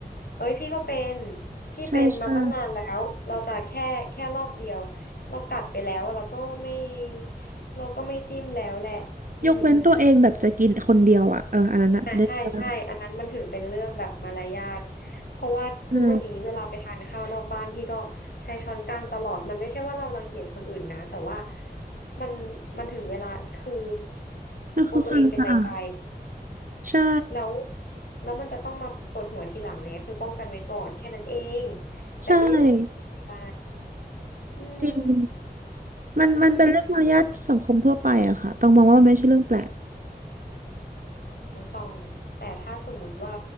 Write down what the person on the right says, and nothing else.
ใช่ใช่
ยกเว้นตัวเองแบบจะกินคนเดียวอ่ะเอออันนั้นอ่ะได้ได้
ใช่
มันคือความสะอาด
ใช่
ใช่
จริงมันมันเป็นเรื่องมารยาทสังคมทั่วไปอะค่ะต้องมองว่ามันไม่ใช่เรื่องแปลก